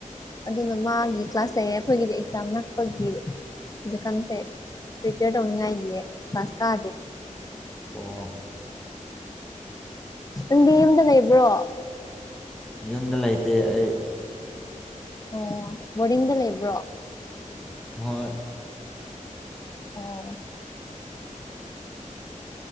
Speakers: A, on the left (about 25°); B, in the centre.
A: ꯑꯗꯨꯅ ꯃꯥꯒꯤ ꯀ꯭ꯂꯥꯁ ꯂꯩꯌꯦ ꯑꯈꯣꯏꯒꯤꯗꯤ ꯑꯦꯛꯖꯥꯝ ꯅꯛꯄꯒꯤ ꯍꯧꯖꯤꯛꯀꯥꯟꯁꯦ ꯄ꯭ꯔꯤꯄꯦꯌꯔ ꯇꯧꯅꯤꯡꯉꯥꯏꯒꯤ ꯀ꯭ꯂꯥꯁ ꯀꯥꯗꯦ
B: ꯑꯣ
A: ꯅꯪꯗꯤ ꯌꯨꯝꯗ ꯂꯩꯕ꯭ꯔꯣ
B: ꯂꯩꯕ꯭ꯔꯣ ꯌꯨꯝꯗ ꯂꯩꯇꯦ ꯑꯩ
A: ꯑꯣ ꯕꯣꯔꯗꯤꯡꯗ ꯂꯩꯕ꯭ꯔꯣ
B: ꯍꯣꯏ
A: ꯑꯣ